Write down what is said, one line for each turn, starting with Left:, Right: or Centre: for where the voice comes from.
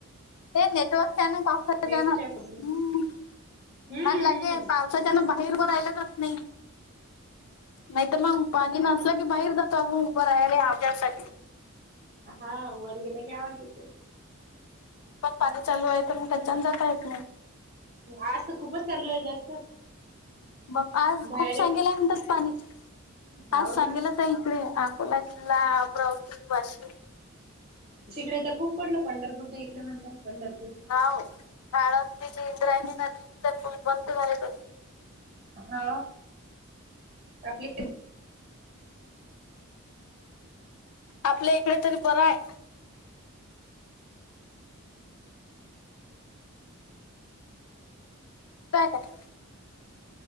Left: हे नेटवर्क काण पासा
Right: नेटचा
Left: जण हम्
Right: प्रॉब्लेम हम्म
Left: आणि लागे
Right: हम्म
Left: पा <unintelligible> ना बाहेर ब रायला जात नाही नाही तर मग पाणी न <unintelligible> अस की बाहेर जातो अ उभं राहिय आ्यासाठी <unintelligible>
Right: हा वर गेल्या की, आवाज येत.
Left: पण पाणी चालू आहे तर मग त्याच्न जाता येत नाही <unintelligible>
Right: आज तर खूपच चालू आहे जास्त.
Left: बा, आज
Right: बाहेर
Left: खूप सांगेला म्हणतात पाणी,
Right: हाव
Left: आज सांगेलच
Right: ना
Left: आहे इकडे अकोला ला ब्रऊसिंग वाशी <unintelligible>
Right: तिकडे तर खूप पडलं पंढरपूरच्या इकडे म्हणतात. पंढर
Left: हा आळंदीचे इंद्रायणी नदीचे पुल बंद झाले ते
Right: हा, आपली
Left: आपल्या इकडे तरी बरं हाय. काय का आहे <unintelligible>